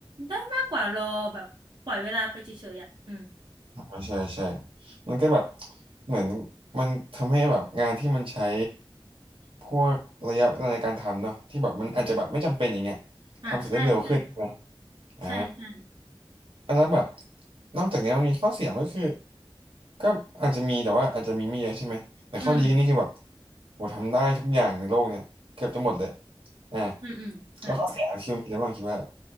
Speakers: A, on the right (about 50°); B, on the right (about 75°).
A: ได้มากกว่ารอแบบปล่อยเวลาไปเฉยๆอ่ะอืม
B: อ่าใช่ใช่มันก็แบบเหมือนมันทำให้แบบงานที่มันใช้พวกระยะเวลาในการทำเนาะที่แบบมันอาจจะแบบไม่จำเป็นอย่างเงี้ย
A: อ่าใช่ใช่
B: ทำเสร็จได้เร็วขึ้นใช่ไหมอ่า
A: ใช่ใช่
B: อ่ะแล้วแบบนอกจากเนี้ยมันมีข้อเสียมันก็คือก็อาจจะมีแต่ว่าอาจจะมีไม่เยอะใช่ไหมแต่ข้อดีนี่คือแบบ
A: อืม
B: โหทำได้ทุกอย่างในโลกเนี่ยเกือบจะหมดเลยอ่า
A: อืมอืมใช่
B: แล้วข้อเสียคือมีอะไรบ้างคิดว่า